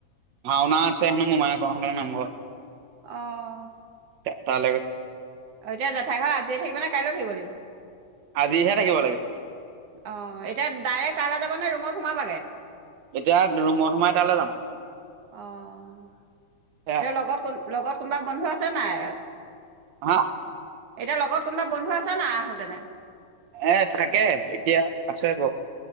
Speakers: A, on the right; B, on the right.
A: ভাওনা আছে হেনো মোমাই প নম <unintelligible>
B: আহ।
A: তালৈ গৈছে
B: অ এতিয়া জেঠাই ঘৰত আজিয়ে থাকিব নে কাইলৈ থাকিব লাগিব
A: আজিহে থাকিব লাগে।
B: অ এতিয়া ডাইৰেক্ট তালৈ যাব নে ৰুমত সোমাবাগে
A: এতিয়া ৰুমত সোমাই তালৈ যাম
B: অহ
A: সেয়া
B: এতিয়া লগত কোন লগত কোনোবা বন্ধু আছে নাই
A: হা
B: এতিয়া লগত কোনোবা বন্ধু আছে না আহোতেনে।
A: এ থাকে এতিয়া আছে বৌ।